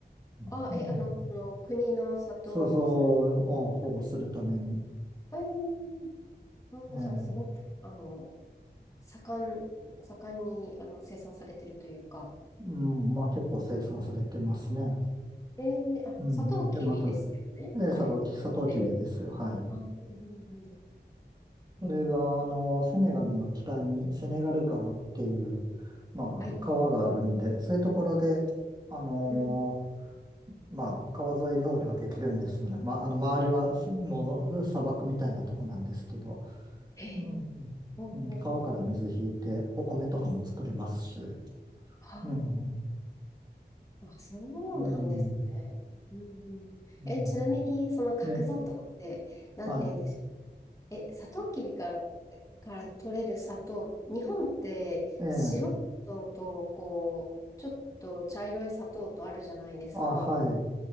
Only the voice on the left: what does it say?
あ、え、あの、その国の砂糖さん
みたいなえー、
あ、じゃあ、すごく、あの、盛ん、盛んに、あの、生産されてるというか、
えー、あ、
サトウキビですよね、
あれ。
えー、
あ、うんうんうん。えー
はい。
うん
へえ、
ほうほうほう。
は
あ、あ、そうなんですね。
うんうん。
え、ちなみに、その角砂糖って、
なんて言うんでし
ょう。え、サトウキビから、から取れる砂糖、日本って白い砂糖と、
こう、ちょっと茶色い砂糖とあるじゃないですか。